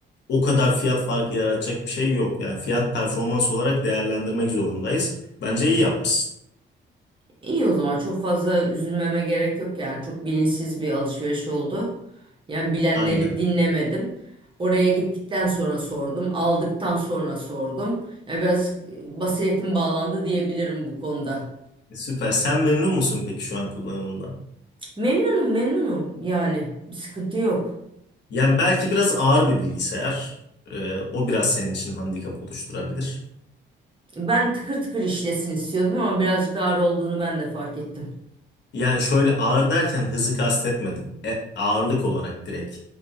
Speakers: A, on the left; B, on the right.
A: o kadar fiyat farkı yaratacak bir şey yok. Yani fiyat performans olarak değerlendirmek zorundayız. Bence iyi yapmışsın.
B: İyi o zaman çok fazla üzülmeme gerek yok yani çok bilinçsiz bir alışveriş oldu. Yani bilenleri
A: Aynen.
B: dinlemedim. Oraya gittikten sonra sordum, aldıktan sonra sordum. Yani biraz e, basiretim bağlandı diyebilirim bu konuda.
A: E, Süper. Sen memnun musun peki şu an kullanımından?
B: Memnunum memnunum yani bir sıkıntı yok.
A: Yani belki biraz ağır bir bilgisayar. E, o biraz senin için handikap oluşturabilir.
B: Ben tıkır tıkır işlesin istiyordum ama birazcık ağır olduğunu ben de fark ettim.
A: Yani şöyle ağır derken hızı kastetmedim. E, ağırlık olarak direkt.